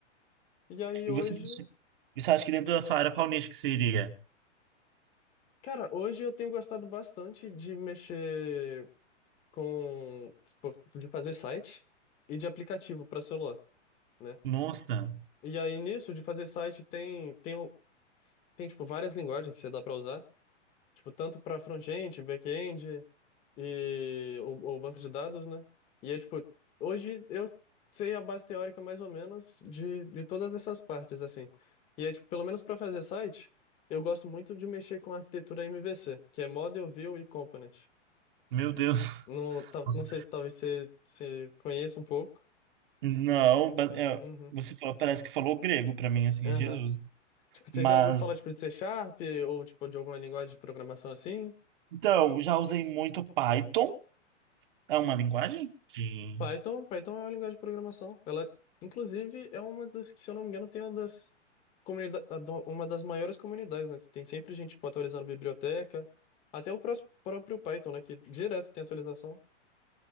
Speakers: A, on the left (about 20°); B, on the right (about 45°).
A: E aí
B: E
A: hoje,
B: você, e você acha que dentro da sua área, qual nicho que seria?
A: cara, hoje eu tenho gostado bastante de mexer com tipo, de fazer site e de aplicativo para celular, né?
B: Nossa,
A: E aí nisso de fazer site tem tem tem tipo várias linguagens que você dá para usar, tipo tanto para front-end, back-end e o, o banco de dados, né? E é tipo, hoje eu sei a base teórica mais ou menos de, de todas essas partes assim. E é tipo, pelo menos para fazer site, eu gosto muito de mexer com a arquitetura MVC, que é Model, View e Component.
B: meu Deus.
A: Não, tá,
B: <laughs>
A: não sei se talvez você, você conheça um pouco.
B: Não, ba- é,
A: Uhum.
B: você falou- parece que falou grego para mim, assim,
A: Aham.
B: Jesus.
A: Tipo, você
B: Mas,
A: já ouviu falar tipo de C Sharp ou tipo de alguma linguagem de programação assim?
B: então, já usei muito Python, é uma linguagem que,
A: Python, Python é uma linguagem de programação. Ela, inclusive, é uma das que, se eu não me engano, tem uma das, comunidades, uma das maiores comunidades, né? Tem sempre gente, tipo, atualizando biblioteca, até o prós- próprio Python, né? Que direto tem atualização.